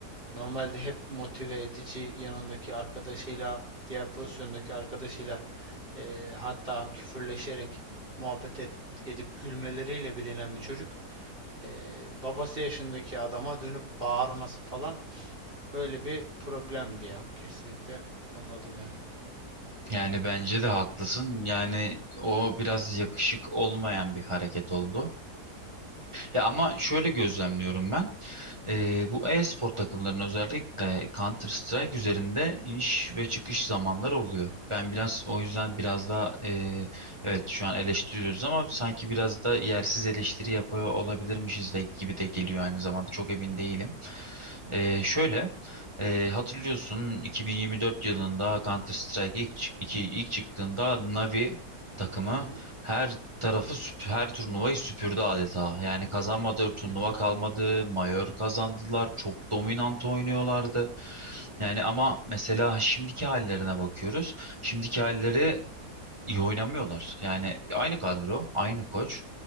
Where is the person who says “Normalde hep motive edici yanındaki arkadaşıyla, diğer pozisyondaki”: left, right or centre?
Right